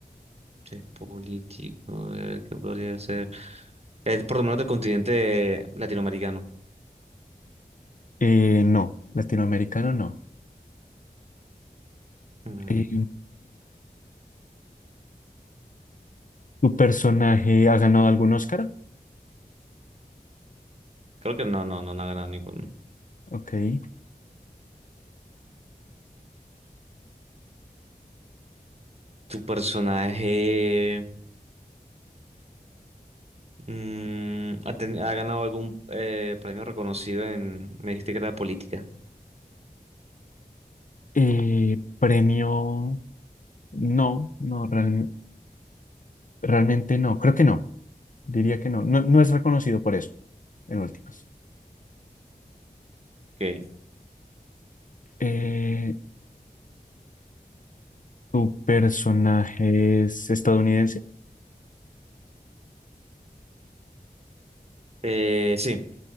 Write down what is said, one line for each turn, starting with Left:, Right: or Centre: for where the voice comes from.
Right: es político? Eh, ¿Qué podría ser? Es por lo menos del continente latinoamericano.
Left: Eh, no. Latinoamericano no.
Right: Mm,
Left: Eh, ¿Tu personaje ha ganado algún Oscar?
Right: Creo que no, no, no, no ha ganado ninguno.
Left: Ok.
Right: ¿Tu personaje mm, ha, teni- ha ganado algún eh, premio reconocido en... Me dijiste que era política.
Left: Eh, premio, no, no, real- realmente no, creo que no, diría que no, no, no es reconocido por eso, en últimas.
Right: Ok.
Left: Eh, ¿tu personaje es estadounidense?
Right: Eh, sí.